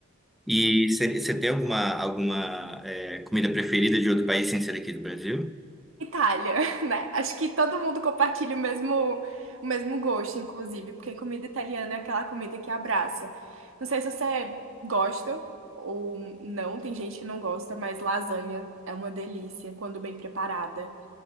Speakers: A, in the centre; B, on the right.
A: E você tem alguma, alguma eh, comida preferida de outro país sem ser aqui do Brasil?
B: Itália, <laughs> né? Acho que todo mundo compartilha o mesmo, o mesmo gosto, inclusive, porque comida italiana é aquela comida que abraça. Não sei se você gosta ou não, tem gente que não gosta, mas lasanha é uma delícia quando bem preparada.